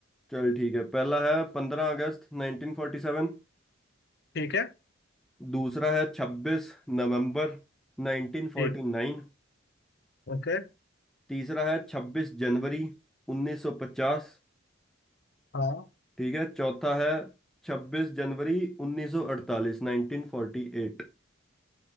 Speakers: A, in the centre; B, on the left (about 55°).
A: चल ठीक है पहला है पंद्रह अगस्त नाइनटीन फोर्टी सेवन
B: ठीक है
A: दूसरा है छब्बीस नवंबर नाइनटीन
B: ठीक
A: फोर्टी नाइन
B: ओके
A: तीसरा है छब्बीस जनवरी उन्नीस सौ पचास
B: हाँ
A: ठीक है चौथा है छब्बीस जनवरी उन्नीस सौ अड़तालीस नाइनटीन फोर्टी एट